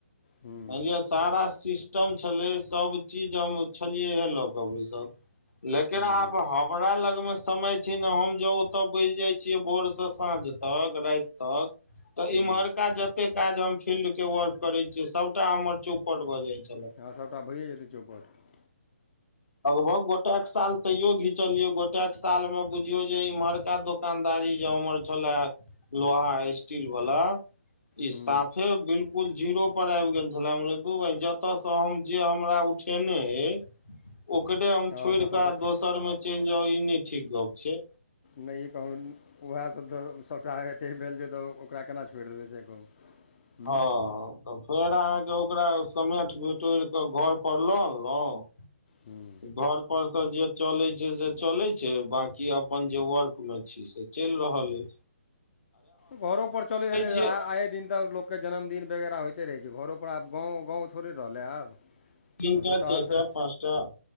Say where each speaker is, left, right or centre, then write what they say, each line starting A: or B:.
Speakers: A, on the left; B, on the left.
A: हूँ
B: मैन लिअ सारा सिस्टम छलैय सब चीज हम छेलियै या लऽ कऽ बैसल। लेकिन
A: हूँ
B: आब हमरा लग मे समय छैय ने हम जो ओतऽ बैस जाय। छियै भोर सऽ सांझ तक राइत तक। तऽ
A: हूँ
B: इम्हरका जते काज हम फील्ड के वर्क करेै। से सबटा हमर चौपट भऽ जाय छेला।
A: हं सबटा भैए जेतै चौपट।
B: लगभग गोटएक साल तैयो घिचलिय गोटएक साल में बुझियो जे इम्हरका का दो। दोकान दारी जे हमर छेलाहे लोहा स्टील वाला। इ साफे
A: हूँ
B: बिलकुल जीरो पर अैब गेल छेला हम कहलिय दु बैह जतऽ स हम जे हमरा उठ। उठेने अई। ओकरे हम
A: हँ
B: छोइड़
A: जतयसँ
B: कऽ दोसर मे चलि जाउ ई नहि ठीक गप छैय।
A: नहि कहू <unintelligible> उएह स तऽ सभटा एते भेल जे तऽ ओकरा केना छोड़ि देबै से कहू। हूँ
B: हां। तऽ फेर अहां के ओकरा समेट बिटोइर कऽ घर पर लऽ अनलहुं।
A: हूं।
B: घर पर त जे चले छैय से चले छैय, बाकी अपन जे वर्क मे छी से चैल रहल अइ।
A: घरो पर चले हैतेय
B: छियै
A: आये दिन तऽ लोक के जन्मदिन वगैराह होयते। कैरते रहै छैय, घरो पर आब गांव-गांव थोड़े रहलै आब-आब
B: तीन टा
A: तऽ शहर
B: चारि
A: सऽ।
B: टा पाँच टा